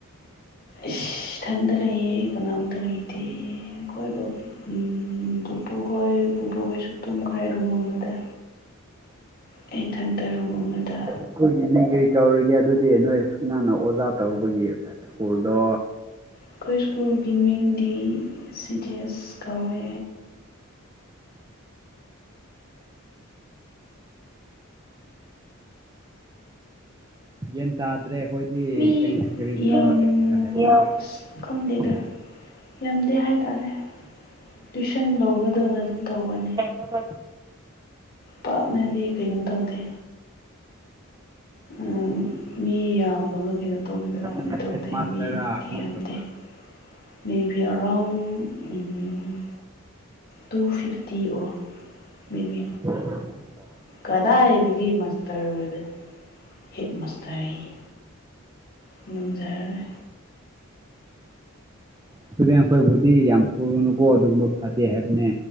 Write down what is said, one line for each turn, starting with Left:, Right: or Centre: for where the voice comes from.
Left: ꯏꯁ ꯏꯊꯟꯗ ꯂꯩꯌꯦ ꯀꯅꯥꯝꯇ ꯂꯩꯇꯦ ꯀꯣꯏꯕ ꯎꯝ ꯄꯨ ꯄꯨꯍꯣꯏ ꯕꯨꯕꯣꯛꯍꯣꯏꯁꯨ ꯇꯨꯝꯈ꯭ꯔꯦ ꯔꯨꯝ ꯑꯃꯗ ꯑꯩ ꯏꯊꯟꯇ ꯔꯨꯝ ꯑꯃꯗ
Right: ꯁ꯭ꯀꯨꯜꯒꯤ ꯃꯤꯡ ꯀꯔꯤ ꯀꯧꯔꯒꯦ ꯑꯗꯨꯗꯤ ꯅꯣꯏ ꯅꯪꯅ ꯑꯣꯖꯥ ꯇꯧꯕꯒꯤ ꯁ꯭ꯀꯨꯜꯗꯣ
Left: ꯑꯈꯣꯏ ꯁ꯭ꯀꯨꯜꯒꯤ ꯃꯤꯡꯗꯤ ꯁꯤꯗꯤꯑꯁ ꯀꯧꯋꯦ
Right: ꯒ꯭ꯌꯥꯟ ꯇꯥꯗ꯭ꯔꯦ ꯑꯩꯈꯣꯏꯗꯤ
Left: ꯃꯤ
Right: ꯀꯔꯤ ꯀꯔꯤ ꯇꯧꯔ
Left: ꯌꯥꯝ
Right: ꯂꯩꯁꯤꯔꯥ ꯍꯥꯏꯕꯗꯣ ꯀꯔꯤꯁꯨ
Left: ꯑꯁ
Right: ꯇꯧꯅꯤꯡꯉꯥꯏꯁꯨ
Left: ꯈꯪꯗꯦꯗ
Right: ꯂꯩꯇꯦ
Left: ꯌꯥꯝꯗꯦ ꯍꯥꯏꯇꯥꯔꯦ ꯇꯨꯏꯁꯟ ꯂꯧꯕꯗꯧꯅ ꯑꯗꯨꯝ ꯇꯧꯕꯅꯤ
Right: ꯃꯐꯝ
Left: ꯄꯥꯛꯅꯗꯤ ꯀꯩꯅꯣ ꯇꯧꯗꯦ ꯑꯝ ꯃꯤ ꯌꯥꯝꯕꯒ ꯀꯩꯅꯣ ꯇꯧꯕꯗꯣ ꯑꯗꯨꯝ
Right: ꯅꯪꯅ
Left: ꯇꯧꯗ꯭ꯔꯤ
Right: ꯍꯦꯠ ꯃꯥꯁꯇꯔꯔꯥ
Left: ꯃꯤꯗꯤ
Right: ꯀꯃꯥꯏꯅ
Left: ꯌꯥꯝꯗꯦ
Right: ꯇꯧꯕ꯭ꯔꯥ
Left: maybe around um two fifty or maybe
Right: <inaudible>
Left: ꯀꯗꯥꯏꯗꯒꯤ ꯃꯥꯁꯇꯔ ꯑꯣꯏꯕꯅꯣ ꯍꯦꯠ ꯃꯥꯁꯇꯔ ꯍꯥꯌꯦ ꯉꯝꯖꯔꯔꯣꯏ
Right: ꯏꯁꯇꯨꯗꯦꯟꯠ ꯈꯣꯏꯕꯨꯗꯤ ꯌꯥꯝ ꯐꯨꯔꯨꯅꯨꯀꯣ ꯑꯗꯨꯒꯨꯝꯕ ꯐꯠꯇꯦ ꯍꯥꯏꯕꯅꯦ